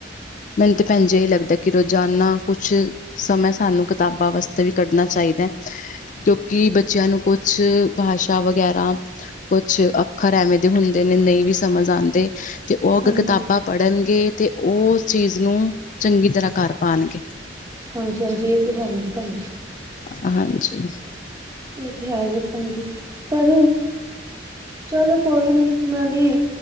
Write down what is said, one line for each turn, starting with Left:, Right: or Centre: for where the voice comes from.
Left: ਮੈਨੂੰ ਤੇ ਭੈਣ ਜੀ ਏਹੀ ਲੱਗਦਾ ਕਿ ਰੋਜ਼ਾਨਾ ਕੁਛ ਸਮਾਂ ਸਾਨੂੰ ਕਤਾਬਾਂ ਵਾਸ ਵੀ ਕੱਢਣਾ ਚਾਹੀਦੈ, ਕਿਉਂਕਿ ਬੱਚਿਆਂ ਨੂੰ ਕੁਛ ਭਾਸ਼ਾ ਵਗੈਰਾ, ਕੁਛ ਅੱਖਰ ਐਵੇਂ ਦੇ ਹੁੰਦੇ ਨੇ ਨ‌ਈ ਵੀ ਸਮਝ ਆਂਦੇ, ਤੇ ਓ ਅਗਰ
Right: ਹਾਂਜੀ
Left: ਕਤਾਬਾਂ ਪੜ੍ਹਨਗੇ ਤੇ ਓਸ ਚੀਜ਼ ਨੂੰ ਚੰਗੀ ਤਰ੍ਹਾਂ ਕਰ ਪਾਣਗੇ।
Right: ਹਾਂਜੀ-ਹਾਂਜੀ ਏ ਤੇ ਹੈ ਈ ਐ ਭੈਣ ਜੀ।
Left: ਹਾਂਜੀ।
Right: ਏ ਤੇ ਹੈ ਹੀ ਐ ਭੈਣ ਜੀ, ਪਰ ਚਲੋ ਕੋਈ ਨੀ ਮੈਂ ਵੀ